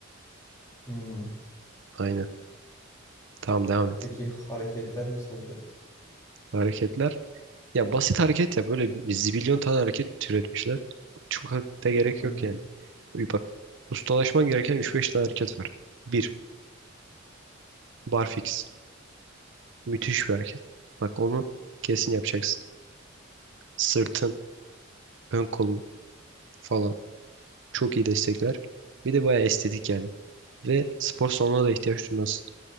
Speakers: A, on the left (about 15°); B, on the right (about 65°).
A: Hmm.
B: Aynen. Tamam devam et.
A: Peki hareketler nasıl olacak?
B: Hareketler. Ya basit hareket ya. Böyle bir zibilyon tane hareket türetmişler. Çok ha- da gerek
A: Hı
B: yok
A: hı.
B: yani. Bir Bak ustalaşman gereken üç beş tane hareket var. 1. Barfix. Müthiş bir hareket. Bak onu kesin yapacaksın. Sırtın, ön kolun falan. Çok iyi destekler. Bir de bayağı estetik yani. Ve spor salonuna da ihtiyaç duymaz.